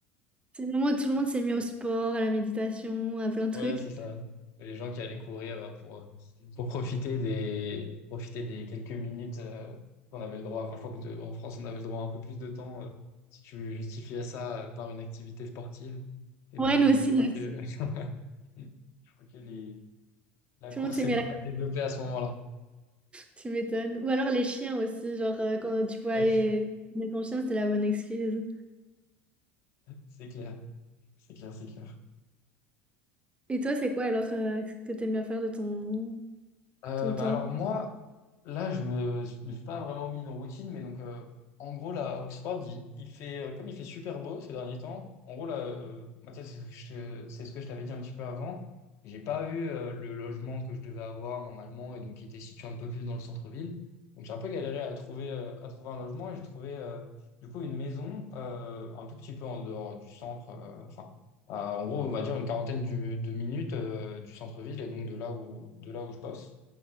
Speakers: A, on the right (about 15°); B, on the left (about 45°).
A: C'est le moment où tout le monde s'est mis au sport, à la méditation, à plein de
B: Ouais,
A: trucs.
B: c'est ça. Les gens qui allaient courir pour, pour profiter des, profiter des quelques minutes euh, qu'on avait le droit. Enfin, je crois qu'en France, on avait le droit à un peu plus de temps euh, si tu justifiais ça euh, par une activité sportive. Et
A: Ouais,
B: donc, du
A: nous
B: coup,
A: aussi.
B: je crois que, <laughs> je crois que les, la
A: Tout
B: course
A: le monde s'est
B: s'est
A: mis
B: pas
A: à la...
B: mal développée à ce moment-là.
A: Tu m'étonnes. Ou alors les chiens aussi, genre euh, quand tu pouvais aller
B: Ouais,
A: mettre ton chien, c'était la bonne excuse.
B: <laughs> c'est clair. C'est clair, c'est clair.
A: Et toi, c'est quoi alors euh, que t'aimes bien faire de ton,
B: Euh,
A: ton temps?
B: bah alors, moi, Là, je me, je me suis pas vraiment mis une routine, mais donc, euh, en gros, là, à Oxford, il, il fait, euh, comme il fait super beau ces derniers temps, en gros, là, euh, moi, tu sais, c'est ce que je te- c'est ce que je t'avais dit un petit peu avant. J'ai pas eu euh, le logement que je devais avoir normalement et donc qui était situé un peu plus dans le centre-ville. Donc, j'ai un peu galéré à trouver, euh, à trouver un logement et j'ai trouvé, euh, du coup, une maison euh, un tout petit peu en dehors du centre, euh, enfin, à- en gros, on va dire une quarantaine du- de minutes euh, du centre-ville et donc de là où, de là où je bosse.